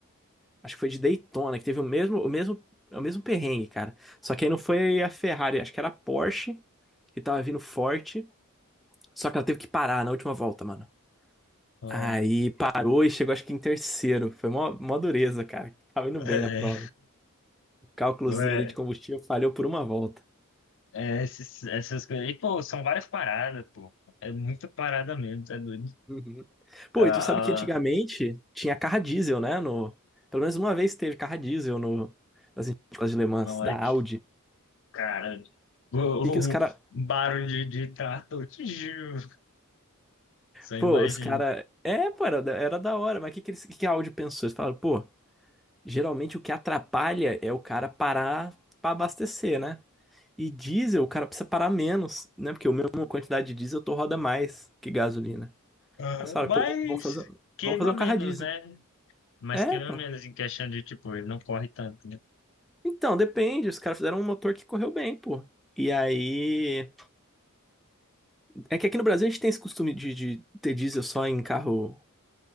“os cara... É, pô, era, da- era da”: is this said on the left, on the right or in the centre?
Centre